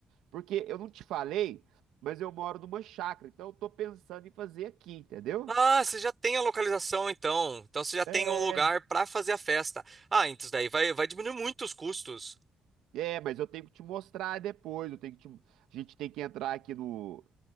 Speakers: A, on the right; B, on the right.
A: porque eu não te falei, mas eu moro numa chácara, então eu tô pensando em fazer aqui, entendeu?
B: Ah, você já tem a localização então. Então você já tem
A: É,
B: o lugar para fazer a festa. Ah, então isso daí vai, vai diminuir muito os custos,
A: é, mas eu tenho que te mostrar depois. Eu tenho que te- a gente tem que entrar aqui no,